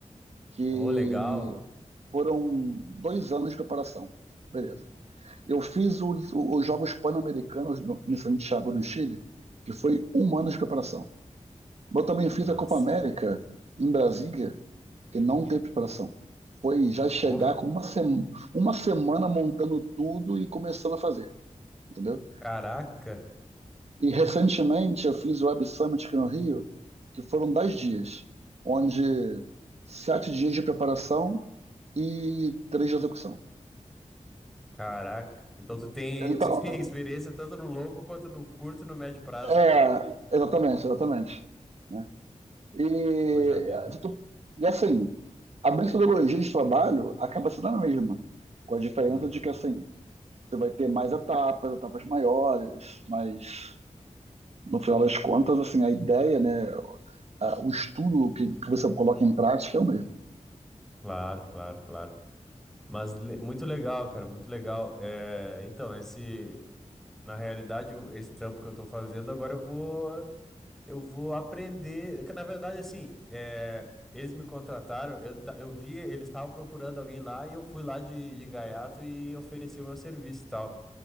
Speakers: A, on the right; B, in the centre.
A: que
B: Oh, legal.
A: foram dois anos de preparação. Beleza. Eu fiz os, os Jogos Pan-Americanos no- em Santiago, no Chile, que foi um ano de preparação. Eu também fiz
B: Massa.
A: a Copa América em Brasília, que não teve preparação. Foi já chegar
B: Oh,
A: com uma, sema- uma semana montando tudo e começando a fazer, entendeu?
B: caraca,
A: E recentemente eu fiz o Web Summit aqui no Rio, que foram 10 dias, onde sete dias de preparação e três de execução.
B: caraca. Então tu tem,
A: Então,
B: <laughs> tu tem experiência tanto no longo quanto no curto e no médio prazo.
A: é, exatamente, exatamente. né? E,
B: Poxa vida.
A: e assim, a metodologia de trabalho acaba sendo a mesma, com a diferença
B: Uhum.
A: de que assim, você vai ter mais etapas, etapas maiores, mas no final das contas, assim, a ideia, né, a- o estudo que, que você coloca em prática é o mesmo.
B: Claro, claro, claro. Mas le- muito legal, cara, muito legal. É, então, esse, na realidade, o- esse trampo que eu tô fazendo, agora eu vou, eu vou aprender. É que, Na verdade, assim, é, eles me contrataram, eu, ta- eu vi, eles estavam procurando alguém lá e eu fui lá de, de gaiato e ofereci o meu serviço e tal